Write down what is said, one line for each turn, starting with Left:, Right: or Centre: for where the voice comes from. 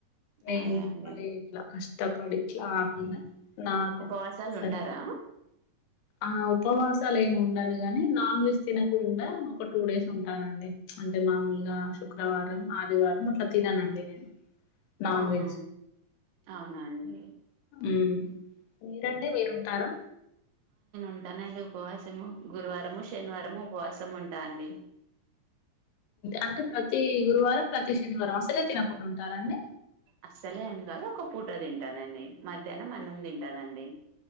Left: నేను
Right: అదే అండి
Left: మరిట్లా కష్టపడిట్లా అన్న నాకు
Right: ఉపవాసాలు
Left: సర
Right: ఉంటారా
Left: ఆ ఉపవాసాలు ఏమి ఉండను గాని నాన్ వెజ్ తినకుండా ఒక టూ డేస్ ఉంటానండి అంటే మామూలుగా శుక్రవారం ఆదివారం అట్లా తిననండి నేను నాన్
Right: ఆహా
Left: వెజ్
Right: అవునండి
Left: మ్మ్ మీరండి మీరు ఉంటారా
Right: ఎంటానండి ఉపవాసము గురువారము శనివారము ఉపవాసం మ్మ్ ఉంటా అండి
Left: అంటే ప్రతి గురువారం ప్రతి శనివారం అసలే తినకుండా ఉంటారాండి
Right: అస్సలే అంని కాదు ఒక పూట తింటానండి మధ్యాహ్నం అన్నం తింటానండి